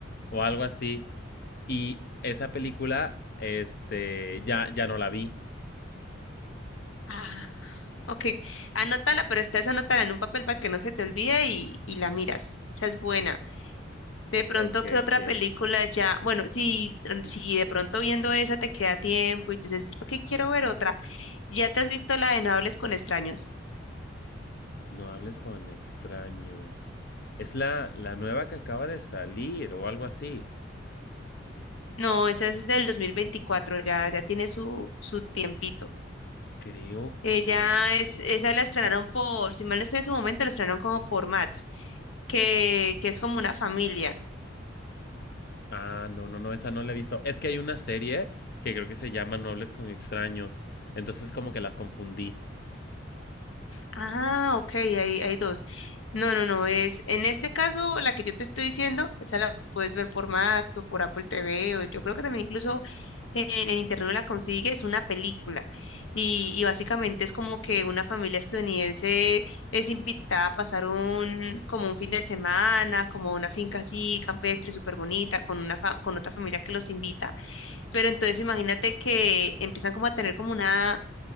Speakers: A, on the left; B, on the left.
A: o algo así. Y esa película, este, ya, ya no la vi.
B: Ah, ok, anótala, pero esta vez anótala en un papel para que no se te olvide y, y la miras. Esa es buena. De pronto,
A: Ok,
B: ¿qué otra
A: ok.
B: película ya? Bueno, si, si de pronto viendo esa te queda tiempo y tú dices, ok, quiero ver otra. ¿Ya te has visto la de No hables con extraños?
A: No hables con extraños. Es la, la nueva que acaba de salir o algo así.
B: No, esa es del 2024. ya, ya tiene su, su tiempito.
A: Creo
B: Ella
A: que...
B: es, esa la estrenaron por, si mal no estoy en su momento, la estrenaron como por Mats, que, que es como una familia.
A: Ah, no, no, no, esa no la he visto. Es que hay una serie que creo que se llama No hables con extraños. Entonces como que las confundí.
B: Ah, ok, hay, hay dos. No, no, no, es en este caso la que yo te estoy diciendo, esa la puedes ver por Max o por Apple TV, o yo creo que también incluso en, en internet la consigues, es una película. Y, y básicamente es como que una familia estadounidense es invitada a pasar un, como un fin de semana, como una finca así, campestre, súper bonita, con una fa- con otra familia que los invita. Pero entonces imagínate que empiezan como a tener como una